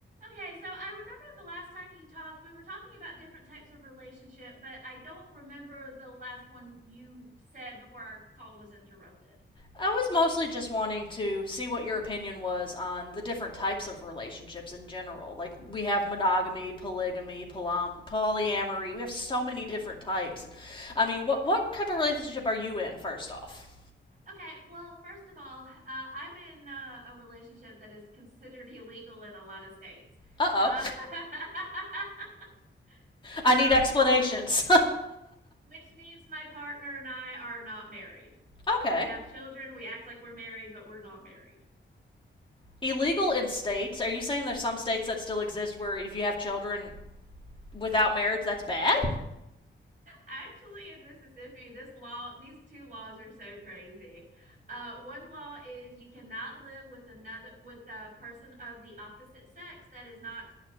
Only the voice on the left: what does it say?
I was mostly just wanting to see what your opinion was on the different types of relationships in general. Like we have monogamy, polygamy, polom- polyamory. We have so many different types. And I mean, what what type of relationship are you in first off?
Uh-oh.
I need explanations.
<laughs> okay.
Illegal in states. Are you saying there's some states that still exist where if you have children without marriage that's bad?